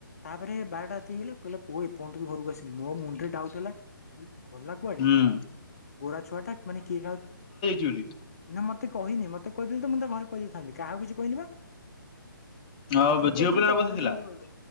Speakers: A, on the left; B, on the left.
A: ତାପରେ ବାରଟା ଏତି ହେଇଗଲା କହିଲ ପୁଅ ଏପର୍ଯ୍ୟନ୍ତ ଘରକୁ ଆସିଲି ମୋ ମୁଣ୍ଡ ରେ ଡାଉଟ୍ ହେଲା ଭଲ ଲାଗବ ଆରେ
B: ହୁଁ
A: ଗୋଡ଼ା ଛୁଆ ଟା ମାନେ କିଏ ଖାଉ
B: ଚଲି
A: ନା ମତେ କହିନି ମତେ କହିଦେଲେ ତୋତେ ଘରେ କହିେଇଥାନ୍ତି କାହାକୁ କିଛି କହିନି ବା
B: ଆଉ
A: ମତେ ତ
B: ଝିଅ
A: କହିଥିଲି
B: ପିଲାର
A: ତା ଘର
B: ବୋଧେ ଥିଲା
A: ମତେ